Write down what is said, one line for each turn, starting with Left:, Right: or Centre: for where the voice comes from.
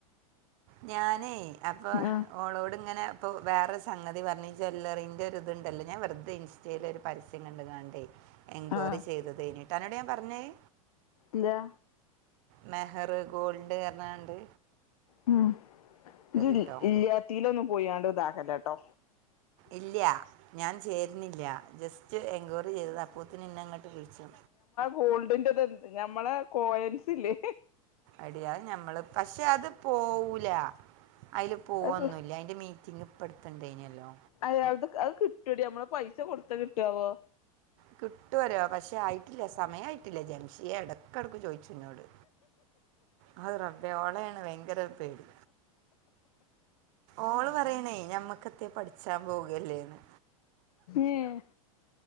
Right: ഞാനേ അപ്പ
Left: ആഹ്
Right: ഓളോട് ഇങ്ങനെ പ്പം വേറെ സംഗതി പറഞ്ഞ് ജ്വല്ലറിൻ്റെ ഒര്ത്ണ്ടല്ലോ ഞാൻ വെർതെ ഇൻസ്റ്റയിൽ ഒരു പരസ്യം കണ്ട് കാണ്ടേ എൻക്വയറി
Left: ആഹ്
Right: ചെയ്തതേനീട്ടൊ അനോട് ഞാൻ പറഞ്ഞൊ അത്
Left: ഇല്യാ
Right: മെഹറ് ഗോൾഡ് എർണ്ങ്ങാണ്ട്
Left: ഉം ഇജ്തി
Right: കേട്ടോ
Left: ഇല്യാത്തീലൊന്നും പോയിങ്ങാണ്ട് ഇതാക്കല്ലെട്ടോ
Right: ഇല്യ ഞാൻ ചേര്നില്യ ജസ്റ്റ് എൻക്വയറി ചെയ്തതാ അപ്പോത്തിന് ഇന്നെ ഇങ്ങട്ട് വിളിച്ചു
Left: ഗോൾഡിന്റെതെൻന്ത് ഞമ്മളെ കോയൻസില്ലേ
Right: എടി അത് ഞമ്മളത് പക്ഷെ അത് പോവൂല ഐല് പോവൊന്നുല്യ
Left: അത്
Right: ഐ ന്റെ മീറ്റിംഗ് ഇപ്പട്ത്ത്ണ്ടൈനിയല്ലോ
Left: അത് അത് അത് കിട്ടാെടീ നമ്മളത് പൈസ കൊടുത്തത് കിട്ടുആവോ
Right: കിട്ടുംപറ്യാ പക്ഷെ ആയിട്ടില്ല സമയായിട്ടില്ല ജംഷിയേ എടക്കടക്ക് ചോയിച്ചും ഇന്നോട് അത് റബ്ബേ ഓളേണ് ഭയങ്കര പേടി ഓള് പറയ്ണേ ഞമ്മക്കാെക്കെ പഠിച്ചാം പോകയല്ലേന്ന്
Left: ഏഹ്